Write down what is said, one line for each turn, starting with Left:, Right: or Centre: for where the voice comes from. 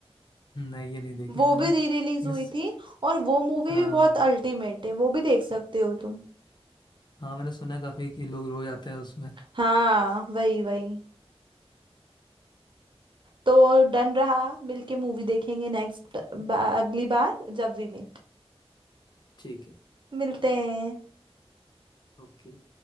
Left: नहीं ये नहीं देखी
Right: वो
Left: मैंने
Right: भी
Left: लेकिन
Right: री रिलीज हुई
Left: स-
Right: थी और वो मूवी
Left: हाँ
Right: भी बहुत अल्टीमेट है वो भी देख सकते हो तुम
Left: हाँ मैंने सुना है काफी कि लोग रोज आते हैं उसमें
Right: हाँ वही वही तो डन रहा मिलके मूवी देखेंगे नेक्स्ट अगली बार जब वी मेट
Left: ठीक है
Right: मिलते हैं
Left: ओके